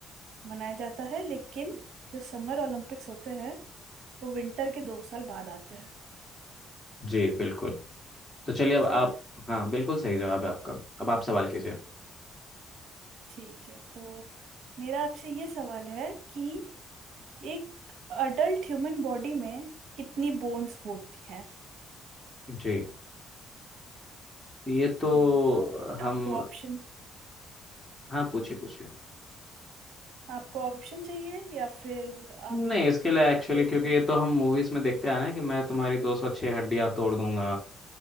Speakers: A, on the right (about 80°); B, in the centre.
A: मनाया जाता है लेकिन जो समर ओलंपिक्स होते हैं वो विंटर के दो साल बाद आते हैं
B: जी बिल्कुल तो चलिए अब आप
A: सही है?
B: हाँ बिल्कुल सही जवाब है आपका अब आप सवाल कीजिए
A: ठीक है तो मेरा आपसे ये सवाल है कि एक अडल्ट ह्यूमन बॉडी में कितनी बोन्स होती हैं
B: जी ये तो
A: हाँ तो
B: हम
A: आपको ऑप्शन
B: हाँ पूछिए पूछिए
A: आपको ऑप्शन चाहिए या फिर
B: नहीं
A: आप
B: इसके लिए एक्चुअली
A: गेस
B: क्योंकि
A: कर
B: ये तो हम मूवीज में देखते हैं ना कि मैं तुम्हारी दो सौ छह हड्डियां तोड़ दूंगा